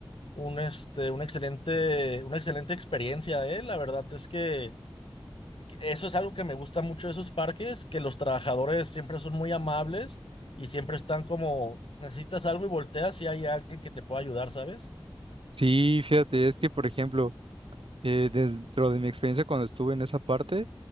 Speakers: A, on the left; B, on the right.
A: un, este, un excelente, una excelente experiencia, ¿eh? La verdad es que eso es algo que me gusta mucho de esos parques, que los trabajadores siempre son muy amables y siempre están como, necesitas algo y volteas y hay alguien que te pueda ayudar, ¿sabes?
B: Sí, fíjate, es que por ejemplo, eh, dentro de mi experiencia cuando estuve en esa parte,